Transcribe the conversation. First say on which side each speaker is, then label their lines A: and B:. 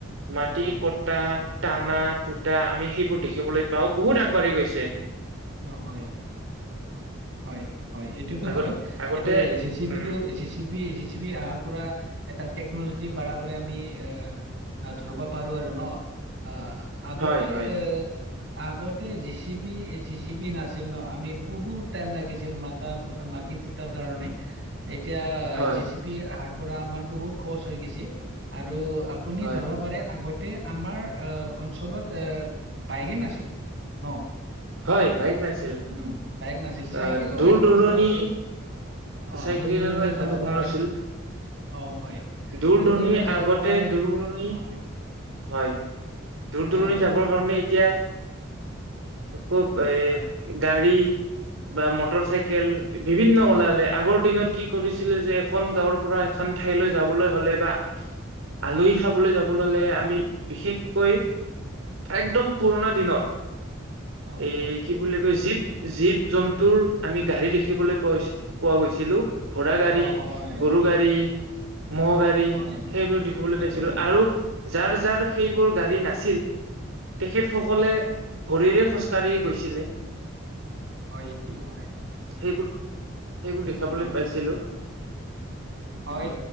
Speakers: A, on the right; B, on the right.
A: মাটি
B: অ হয়
A: কটা টানা পুটা আমি সেইবোৰ দেখিবলৈ পাওঁ বহুত আগবাঢ়ি গৈছে।
B: অহ' হয় হয় হয় এইটোতো
A: আগত
B: হয়
A: আগতে
B: এইটো জি চি বি
A: উম
B: টো, G C B, G C B অহাৰ পৰা এটা টেকনলজি বাঢ়াবলৈ আমি এ অহ ধৰিব পাৰো আৰু ন' আহ। আগতে
A: হয় হয়
B: এ, আগতে জিচি বি জি চি বি নাছিল ন' আমি বহুত টাইম লাগিছিল মাতা মাটি ফুটাৰ কাৰণে। এতিয়া
A: হয়
B: জে চি পি আহাৰ পৰা আমাৰ বহুত সহজ হৈ গেইছি আৰু আপুনি
A: হয়
B: ধৰবা পাৰে আগত আগতে আমাৰ অহ অঞ্চলত এ বাইকে নাছিল ন'।
A: হয় বাইক নাছিল।
B: উম' বাইক নাছিল চাইকেলো
A: আহ দূৰ
B: এখন
A: দূৰণি
B: দুখন নাছিল। অহ'
A: চাইকেলৰ
B: দূৰ দূৰণি
A: এখন
B: যাব
A: দুখন
B: পৰা হৈছিল
A: আছিল
B: অহ' হয়।
A: দূৰ দূৰণিৰ
B: দূৰণি যাবৰ
A: আগতে
B: কাৰণে
A: দূৰণি।
B: অ হয়
A: হয়, দূৰ
B: হয়
A: দূৰণি
B: আপুনি
A: যাবৰ
B: ক'ব
A: কাৰণে এতিয়া খুউব এ
B: হয়
A: গাড়ী। বা মটৰ চাইকেল বিভিন্ন ওলালে আগৰ দিনত কি কৰিছিলে যে এখন গাঁৱৰ পৰা এখন ঠাইলৈ যাবলৈ হ'লে বা আলহী খাবলৈ যাব ল'লে আমি বিশেষকৈ একদম পুৰণা দিনত।
B: অ হয়
A: এই কি বুলি কৈছিল জীৱ-জীৱ-জন্তুৰ আমি গাড়ী দেখিবলৈ পো-পোৱা গৈছিলোঁ। ঘো়ড়া
B: অ
A: গাড়ী
B: হয়
A: গৰু গাড়ী। মহগাড়ী
B: হয়
A: সেইবোৰ দেখিবলৈ
B: সেইটো
A: পাইছিলোঁ আৰু যাৰ যাৰ সেইবোৰ গাড়ী নাছিল তেখেতসকলে ভৰিৰে খোজ কঢ়ি গৈছিলে।
B: হয়, এইটো হয়।
A: সেইবোৰ সেইবোৰ
B: সেইটো
A: দেখাবলৈ
B: হয়
A: পাইছিলোঁ।
B: হয়